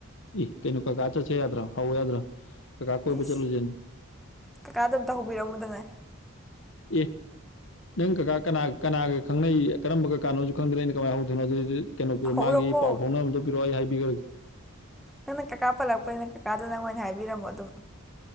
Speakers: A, on the left; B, in the centre.
A: ꯏ ꯀꯩꯅꯣ ꯀꯀꯥ ꯆꯠꯁꯦ ꯌꯥꯗ꯭ꯔ ꯍꯧ ꯌꯥꯗ꯭ꯔꯣ ꯀꯀꯥ ꯀꯣꯏꯕ
B: ꯏꯁ
A: ꯆꯠꯂꯨꯖꯦꯅ
B: ꯀꯀꯥꯗ ꯑꯝꯇ ꯍꯧꯕꯤꯔꯝꯃꯨꯗꯅ
A: ꯑꯦ ꯅꯪ ꯀꯀꯥ ꯀꯅꯥ ꯀꯅꯥꯒ ꯈꯪꯅꯩ ꯀꯔꯝꯕ ꯀꯀꯥꯅꯣꯁꯨ ꯈꯪꯗꯅ ꯑꯩꯅ ꯀꯃꯥꯏꯅ ꯍꯧꯗꯣꯏꯅꯣ ꯑꯗꯨꯗꯤ ꯀꯩꯅꯣ ꯄꯤꯔꯣ
B: ꯍꯧꯔꯝꯃꯣ
A: ꯃꯥꯒꯤ ꯄꯥꯎ ꯐꯥꯎꯅꯕꯗꯣ ꯄꯤꯔꯛꯑꯣ ꯑꯩ ꯍꯥꯏ ꯕꯤꯒ꯭ꯔꯒꯦ
B: ꯅꯪꯅ ꯀꯀꯥ ꯄꯜꯂꯛꯄꯅꯤ ꯅꯪ ꯀꯀꯥꯗꯣ ꯅꯪꯅ ꯍꯥꯏꯕꯤꯔꯝꯃꯣ ꯑꯗꯨꯝ